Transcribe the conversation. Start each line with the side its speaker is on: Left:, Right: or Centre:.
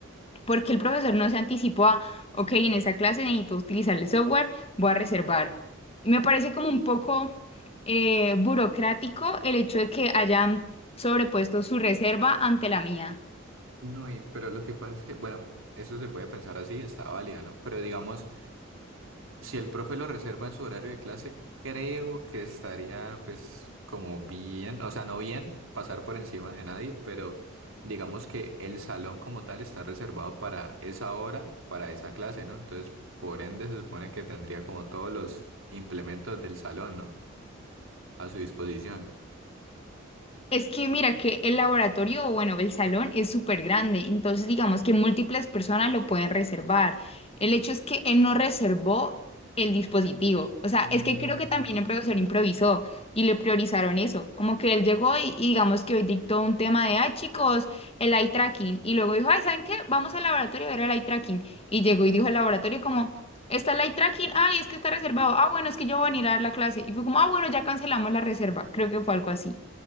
Left: porque el profesor no se anticipó a, ok, en esa clase necesito utilizar el software, voy a reservar. Me parece como un poco eh, burocrático el hecho de que hayan sobrepuesto su reserva ante la mía.
Right: No, y, pero lo que pasa es que, bueno, eso se puede pensar así, está válido, ¿no? Pero digamos, si el profe lo reserva en su horario de clase, creo que estaría, pues, como bien, o sea, no bien pasar por encima de nadie, pero digamos que el salón como tal está reservado para esa hora, para esa clase, ¿no? Entonces, por ende, se supone que tendría como todos los implementos del salón, ¿no? A su disposición.
Left: Es que mira que el laboratorio, o bueno, el salón es súper grande, entonces digamos que múltiples personas lo pueden reservar. El hecho es que él no reservó el dispositivo. O
Right: Mm.
Left: sea, es que creo que también el profesor improvisó y le priorizaron eso. Como que él llegó y, y digamos que hoy dictó un tema de, ay chicos, el eye tracking. Y luego dijo, ay, ¿saben qué? Vamos al laboratorio a ver el eye tracking. Y llegó y dijo al laboratorio como... Está el eye tracking, ay, es que está reservado. Ah, bueno, es que yo voy a venir a dar la clase. Y fue como, ah, bueno, ya cancelamos la reserva. Creo que fue algo así.